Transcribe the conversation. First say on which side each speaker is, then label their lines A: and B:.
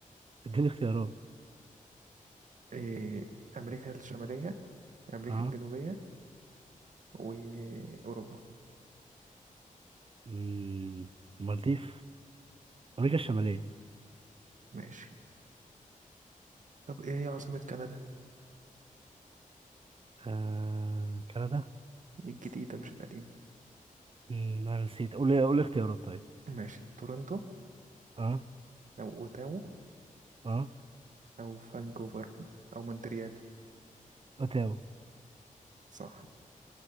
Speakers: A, on the right; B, on the right.
A: اديني اختيارات
B: إيه أمريكا الشمالية أمريكا
A: اه
B: الجنوبية وأوروبا
A: مم، المالديف امريكا الشمالية
B: ماشي طب إيه هي عاصمة كندا؟
A: آه. كندا
B: الجديدة مش القديمة
A: مم، انا نسيت قول قول اختيارات طيب
B: ماشي تورنتو
A: اه
B: أو أوتاوا
A: اه
B: أو فانكوفر أو مونتريال
A: اوتاوا
B: صح